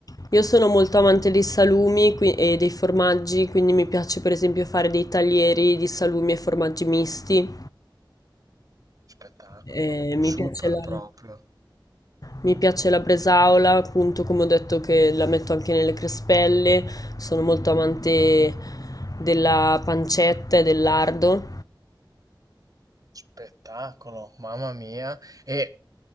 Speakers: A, on the left (about 45°); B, on the right (about 45°).
A: Io sono molto amante dei salumi qui- e dei formaggi, quindi mi piace per esempio fare dei taglieri di salumi e formaggi misti.
B: Spettacolo,
A: Eh, mi
B: super
A: piace la,
B: proprio.
A: mi piace la bresaola, appunto come ho detto che la metto anche nelle crespelle. Sono molto amante della pancetta e del lardo.
B: Spettacolo, mamma mia. E